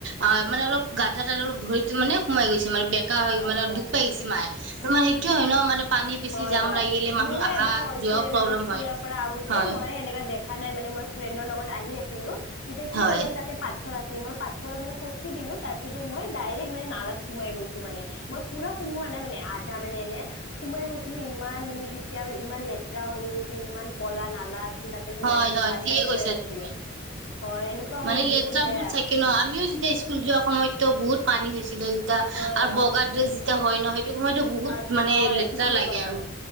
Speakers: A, on the right; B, on the left.
A: অ' মানে অলপ গাধ্বা তাৰ ঘডীটো মানে সোমাই গৈছে মানে
B: আচ্ছা,
A: মানে দুখ পাই আহিছে মায়ে। তাৰ সেইটো হয় ন মানে পানী বেছি
B: হয়
A: জাম
B: হয়,
A: লাগিলে মানুহ
B: মোৰো
A: আহা
B: এবাৰ হৈছিলে
A: যোৱাও প্ৰব্লেম
B: মানে, স্কুলৰ
A: হয়
B: পৰা আহোতে
A: হয়
B: মই সেনেকা দেখ দেখা নাই মানে মই ফ্ৰেণ্ডৰ লগত আহি আছিলো তেতিয়া কি
A: হয়
B: হৈ গ'ল তাতে পাত পাথৰ আছে মই পাতথৰ মানে খোচকি দিলো তাৰ পিছ মই ডাইৰেক্ট মানে নালাত সোমাই গৈছো মানে মই পুৰা সোমোৱা নাই মানে আধা মানে এনে সোমাই গৈছিলো ইমান মানে তেতিয়া আৰু ইমান লেতেৰা হৈ গৈছিল ইমান কলা নালাত। তাতে সোমাই
A: হয়
B: গৈছিল
A: হয়
B: বানপানী
A: ঠিকে কৈছা
B: হৈ আছিল,
A: তুমি
B: হয় এনেকুৱা হলে
A: মানে লেতেৰাবোৰ
B: বহুত বেয়া।
A: থাকে ন <unintelligible> স্কুল যোৱাৰ সময়তও বহুত পানী হৈ ছিলে যেতিয়া
B: হয়
A: আৰু
B: হয়
A: বগা ড্ৰেছ যোৰত এতি হয় নহয় হেইটো সময়তো বহুত
B: আচ্ছা
A: মানে
B: হয়
A: লেতেৰা
B: ঠিকেই
A: লাগে
B: ক'লা
A: আৰু